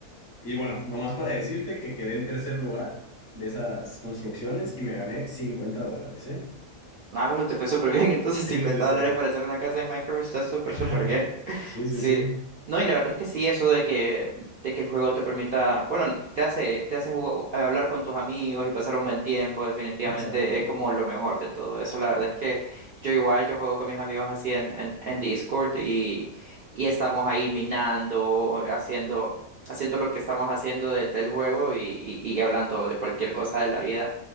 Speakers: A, on the left; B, on the right.
A: Y, y bueno, nomás para decirte que quedé en tercer lugar de esas construcciones y me gané 50 dólares, ¿eh?
B: Ah, pero te fue súper bien. <laughs> Entonces, 50
A: Sí, sí, sí.
B: dólares para hacer una casa en Minecraft está súper,
A: <laughs>
B: súper bien. <laughs>
A: Sí,
B: Sí.
A: sí, sí.
B: No, y la verdad es que sí, eso de que, de que el juego te permita, bueno, te hace, te hace jugo- eh, hablar con tus amigos y pasar un buen tiempo, definitivamente
A: Exacto.
B: es como lo mejor de todo eso. La verdad es que yo igual, yo juego con mis amigos así en, en, en Discord y, y estamos ahí minando, eh, haciendo, haciendo lo que estamos haciendo de- del juego y, y y hablando de cualquier cosa de la vida.